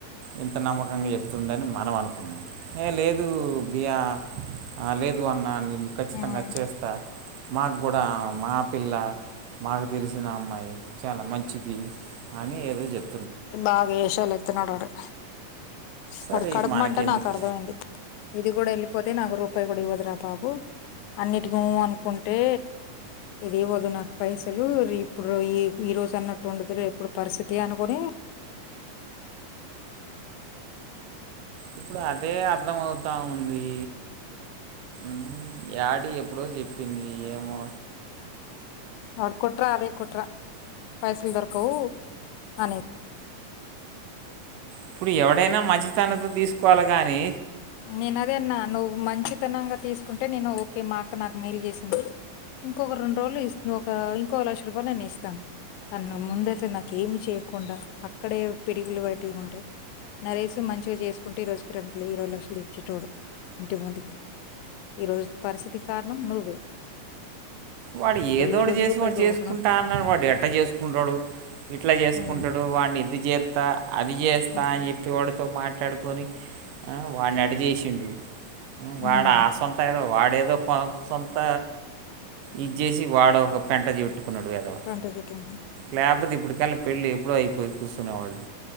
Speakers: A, on the right (about 75°); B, on the left (about 85°).
A: ఇంత నమ్మకంగా చెప్తుండని మనం అనుకున్నాం ఏ లేదు బియా ఆ లేదు అన్న నేను ఖచ్చితంగా
B: ఉమ్,
A: చేస్తా మాక్కుడా మా పిల్ల మాకు తెలిసిన అమ్మాయి చాలా మంచిది అని ఏదో చెప్
B: బాగేయేష లేత్తున్నాడు ఆ డు
A: సరే
B: వాడి కడుపు
A: మనకెందుకు
B: మంట నాకు అర్థమైంది ఇది కూడా ఎళ్ళి పోతే నాకు రూపాయి కూడా ఇవ్వదురా బాబు అన్నిటికి ఉ అనుకుంటే ఇదివ్వదు నాకు పైసలు ఇప్పుడు ఈ ఈ రోజున్నట్టు ఉండదు రేపటి పరిస్థితి అనుకుని
A: ఇప్పుడు అదే అర్ధం అవుతా ఉంది మ్ యాడి ఎప్పుడో చెప్పింది ఏమో
B: వాడి కుట్ర అదే కుట్ర పైసలు దొరుకవు అనే
A: ఇప్పుడు ఎవడైనా మంచితనంతో తీసుకోవాలి గాని
B: నేనదే అన్నా నువ్వు మంచితనంగా తీసుకుంటే నేను ఓకే మా అక్క నాకు మెలు చేసింది ఇంకొక రెండు రోజులు ఇస్ ఒక ఇంకో లక్ష రూపలు నేను ఇస్తా నన్ను ముందయితే నాకేమి చేయకుండా అక్కడే పిడిగిలు బటి ఉంటయ్ నరేష్ మంచిగా చేసుకుంటే ఈ రోజు <unintelligible> ఇరవై లక్ష లిచ్చిటోడు ఇంటి ముందుకి ఈరోజు పరిస్థితికి కారణం నువ్వే
A: వాడు ఏదోటి
B: ఈ రోజు
A: చేసి
B: రూపాయి
A: వాడు
B: ఇవ్వకుండా
A: చేసుకుంటా అన్నడు వాడు ఎట్ట చేసుకుంటాడు ఇట్లా చేసుకుంటడు
B: ఉమ్,
A: వాన్ని ఇది చేస్తా అది చేస్తా
B: ఉమ్,
A: అని చెప్పి వాడితో మాట్లాడుకొని మ్ వాన్ని అటు చేేసిండు వాడ
B: ఉమ్,
A: ఆ సొంత ఏదో వాడేదో సొంత ఇది జెసి వాడు ఒక పెంట చుట్టుకున్నాడు యెధవ
B: పంట చెట్టు ఉంది.
A: లేకపోతే ఇప్పటికల్ల పెళ్ళి ఎప్పుడో అయిపోయి కూర్చునే వాళ్ళు